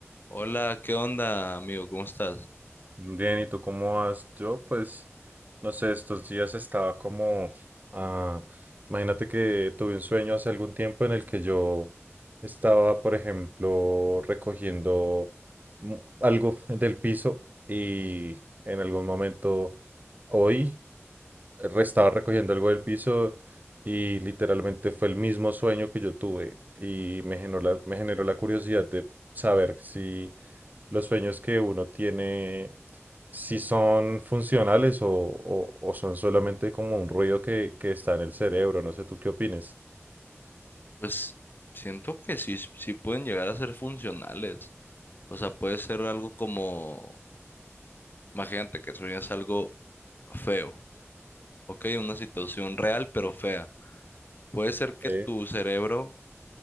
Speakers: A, on the left; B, on the right.
A: Hola, ¿qué onda, amigo? ¿Cómo estás?
B: Bien, ¿y tú cómo vas? Yo, pues, no sé, estos días estaba como, ah, imagínate que tuve un sueño hace algún tiempo en el que yo estaba, por ejemplo, recogiendo mm, algo del piso y en algún momento hoy re- estaba recogiendo algo del piso y literalmente fue el mismo sueño que yo tuve y me generó la, me generó la curiosidad de saber si los sueños que uno tiene, si son funcionales o, o- o son solamente como un ruido que, que está en el cerebro. No sé, ¿tú qué opines?
A: Pues siento que sí, sí pueden llegar a ser funcionales. O sea, puede ser algo como, imagínate que sueñas algo feo, ¿ok? Una situación real pero fea. Puede ser que
B: Sí.
A: tu cerebro